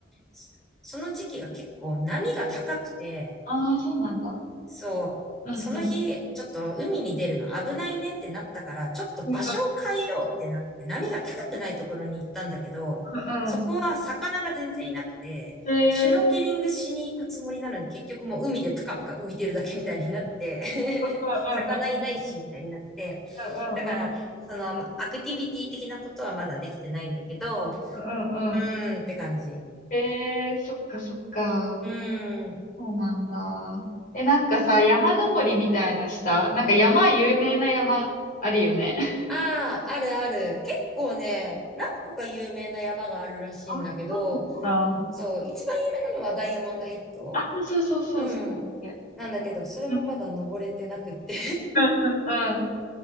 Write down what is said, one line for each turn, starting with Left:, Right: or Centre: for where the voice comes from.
Centre: そその時期が結構波が高くて、
Left: ああー、そうなんだ。
Centre: そう。
Left: うん、
Centre: その日、
Left: うん。
Centre: ちょっと海に出るの危ないねってなったから、ちょっと場所を変えようってなって、
Left: うん、
Centre: 波が高くないところに行ったんだけど、
Left: うん、うん。
Centre: そこは魚が全然いなくて、
Left: うん。ええ、
Centre: シュノーケリングしに行くつもりなのに、
Left: うん、うん、
Centre: 結局もう海でプカプカ浮いてるだけみたいになって、
Left: うん、
Centre: <laughs> 魚いないし、
Left: うん。
Centre: みたいになって。
Left: うんうん
Centre: だから、その、アクティビティ的なことはまだできてないんだけど、
Left: うんうんうん。
Centre: うーんって感じ。
Left: えー、そっかそっか。
Centre: うーん。
Left: そうなんだ。え、なんかさ、山登りみたいなした。なんか山、有名な山あるよね。<laughs>
Centre: ああ、あるある。結構ね、何個か有名な山があるらしいんだけど、
Left: あ、そうなんだ。
Centre: そう、一番有名なのはダイヤモンドヘッド
Left: あ、そうそうそうそ
Centre: うん。
Left: う。
Centre: なんだけど、それもまだ登れてなくって
Left: うんうんうんうん。